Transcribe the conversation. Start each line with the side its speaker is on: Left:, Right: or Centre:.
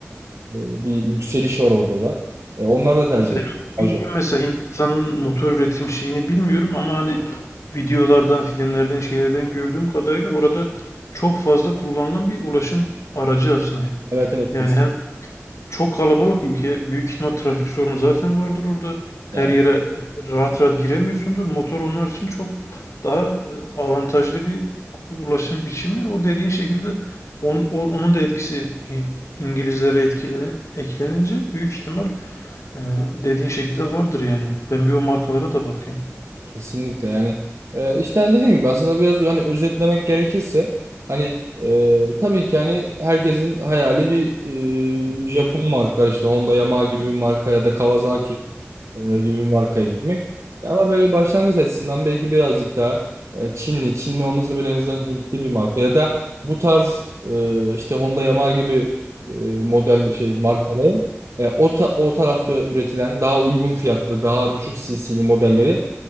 Right: E, bir yükseliş var orada da. E, onlar da tercih
Left: Benim
Right: ediyor. Pajot.
Left: bildiğim mesela Hindistan'ın motor üretim şeyini bilmiyorum ama hani videolardan, filmlerden, şeylerden gördüğüm kadarıyla orada çok fazla kullanılan bir ulaşım aracı aslında.
Right: Evet evet
Left: Yani
Right: kesin
Left: hem çok kalabalık ülke, büyük ihtimal trafik sorunu zaten vardır orada. Her
Right: yani.
Left: yere rahat rahat giremiyorsundur. Motor onlar için çok daha e, avantajlı bir ulaşım biçimi. O dediğin şekilde on- o- onun da etkisi İ- İngilizlere etkile, eklenince büyük ihtimal ee, dediğin şekilde vardır yani. Ben bir o markalara da bakayım.
Right: Kesinlikle yani e, işte hani dediğim gibi aslında biraz hani özetlemek gerekirse hani e, tabii ki hani herkesin hayali bir e, Japon marka işte Honda Yamaha gibi bir marka ya da Kawasaki e, gibi bir markaya gitmek. Ama böyle başlangıç açısından belki birazcık daha e, Çinli, Çinli olmasa bile en azından Hintli bir marka ya da bu tarz e, işte Honda Yamaha gibi e, model şey markaların e, o ta- o tarafta üretilen daha uygun fiyatlı, daha düşük CC'li modelleri